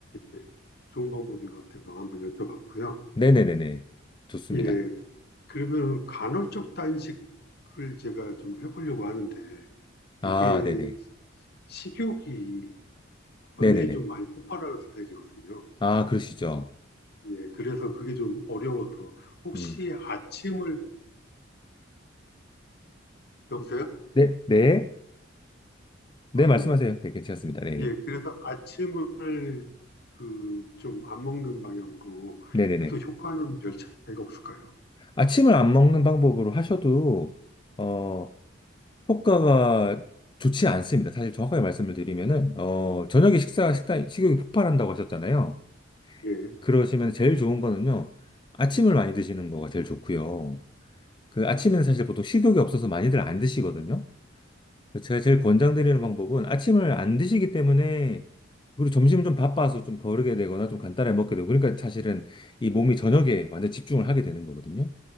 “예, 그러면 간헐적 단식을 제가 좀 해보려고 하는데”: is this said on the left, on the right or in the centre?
Left